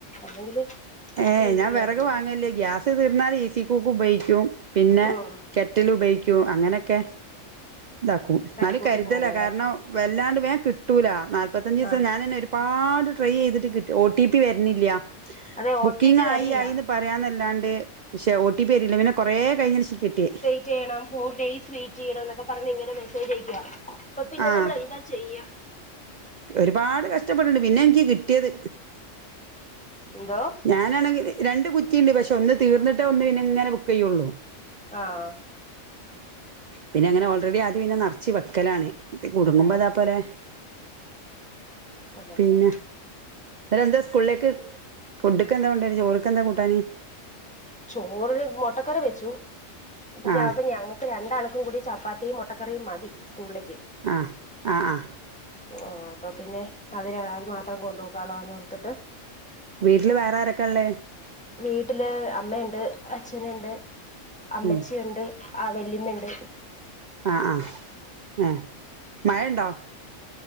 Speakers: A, in the centre; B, on the right.
A: അല്ലെങ്കില്
B: ഏ
A: യൂസ്
B: ഞാൻ
A: ചെയ്യാറില്ല
B: വെറക് വാങ്ങൽ ഇല്ല ഗ്യാസ് തീർന്നാൽ ഈസി കുക്കും ഉപയോഗിക്കും പിന്നെ
A: ഉം
B: കെറ്റൽ ഉപയോഗിക്കും അങ്ങനെയൊക്കെ ഇതാക്കും ന്നാലും
A: തട്ടിക്കൂട്ടി
B: കരുതല്ല
A: പോവല്ലേ
B: കാരണം വല്ലാണ്ട് വേൻ കിട്ടൂല നാൽപതഞ്ച് ദിവസം
A: ആഹ്
B: ഞാനന്നെരു പാട് ട്രൈ ചെയ്തിട്ട് ഒ ടി പി വരുന്നില്ല
A: അതെ ഒ
B: ബുക്കിംഗ്
A: ടി പി വരില്ല
B: ആയി ആയിന്ന് പറയാന്നല്ലാണ്ട് പക്ഷേ ഒ ടി പി വരുന്നില്ല പിന്നെ കൊറേ കഴിഞ്ഞെന്റെ ശേഷാ കിട്ടിയേ
A: റ്റെയ്യണം ഫോർ ഡെയ്സ് വെയ്റ്റെയ്യണം ന്നൊക്കെ പറഞ്ഞ് ഇങ്ങനെ മെസേജയക്കുവ. അപ്പൊപ്പിന്നെ
B: ആഹ്
A: നമ്മളെന്താ ചെയ്യ.
B: ഒരുപാട് കഷ്ടപ്പെട്ട്ണ് പിന്നെൻക്ക് കിട്ട്യേത്.
A: എന്തോ
B: ഞാനാണെങ്കില് രണ്ട് കുറ്റിണ്ട്, പക്ഷെ ഒന്ന് തീർന്നിട്ടേ ഒന്ന് പിന്നെങ്ങനെ ബുക്കെയ്യൊള്ളു.
A: ആഹ്
B: പിന്നെ അങ്ങനെ ഓൾറെഡീ ആദ്യം പിന്നെ നർച്ച് വെക്കലാണ്. കുട്ങ്ങുമ്പൊ
A: ആഹ്
B: താ പോലെ
A: അതെ
B: പിന്നെ
A: അതെ
B: ഇവരെന്താ സ്കൂളിലേക്ക് ഫുഡ്ഡ്ക്കെന്താ കൊണ്ടേയത്, ചോറ്ക്കെന്താ കൂട്ടാന്?
A: ചോറ് മൊട്ടക്കറി വെച്ചു. ഇപ്പ
B: ആഹ്
A: ചാപ ഞങ്ങ ഇപ്പ രണ്ടാൾക്കും കൂടി ചപ്പാത്തിയും മൊട്ടക്കറിയും മതി സ്കൂൾലേക്ക്.
B: ആഹ് ആഹ് ആഹ്
A: ഓഹ് അപ്പപ്പിന്നെ അതി രാ അത് മാത്രം കൊണ്ടു പൊക്കോളാന്നോർത്ത്ട്ട്
B: വീട്ടില് വേറാരെക്കേള്ളത്?
A: വീട്ടില് അമ്മ ഇണ്ട് അച്ഛന്ണ്ട് അമ്മച്ചിയുണ്ട്
B: ഉം
A: ആഹ് വെല്ലിമ്മ ഇണ്ട്.
B: ആഹ് ആഹ് ഏഹ്, മഴണ്ടോ?